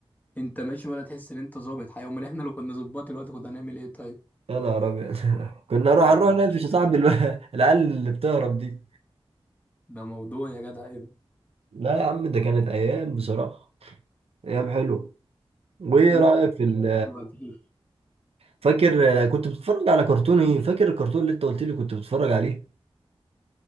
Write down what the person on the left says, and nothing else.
انت ماشي ولا تحس ان انت ظابط حقيقة امال احنا لو كنا ظباط دلوقتي كنا هنعمل ايه طيب
ده <laughs>
ده موضوع يا جدع ايه ده
انت
<laughs>
دلوقتي كده.